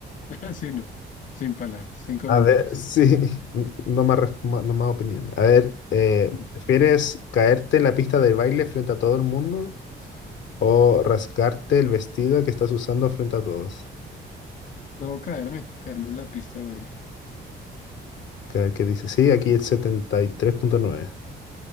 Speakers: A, on the left; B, on the left.
A: <laughs> Así no, sin palabras, sin comentarios.
B: A ver, sí, <laughs> no más, res- ma- no más opinión. A ver, eh,
A: Mm.
B: ¿prefieres caerte en la pista de baile frente a todo el mundo o rasgarte el vestido que estás usando frente a todos?
A: Debo caerme, caerme en la pista de baile.
B: Que, a ver qué dice, sí, aquí el 73.9%.